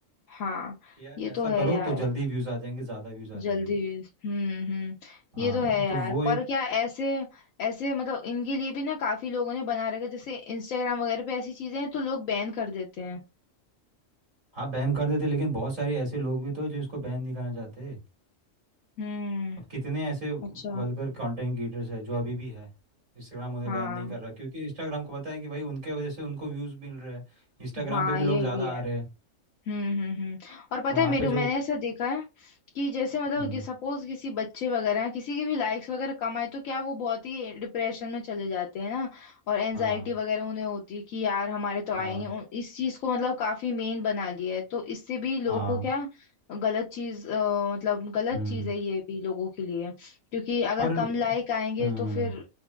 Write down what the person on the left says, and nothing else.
हाँ
ये
तो है
यार
जल्दी
रीच हम्म हम्म
ये तो है यार
पर
क्या ऐसे ऐसे मतलब इनके लिए भी ना काफी लोगों ने बना रखा है, जैसे इंस्टाग्राम वगैरह पे ऐसी चीजें हैं तो लोग बैन कर देते हैं
हम्म
अच्छा
हाँ
हाँ
ये
भी है
हम्म हम्म हम्म और पता
है मेरे
मैंने ऐसा देखा है कि जैसे मतलब
कि सपोज किसी बच्चे वगैरह हैं किसी के भी लाइक्स वगैरह कम आए तो क्या वो बहुत ही डिप्रेशन में चले जाते हैं ना और एनजाइटी
वगैरह उन्हें होती है कि यार हमारे तो आए
नहीं उन- इस चीज को मतलब काफी मेन बना लिया है तो इससे भी लोगों
को क्या गलत चीज अ, मतलब गलत
चीज है ये भी लोगों के लिए क्योंकि अगर
कम लाइक आएंगे
तो फिर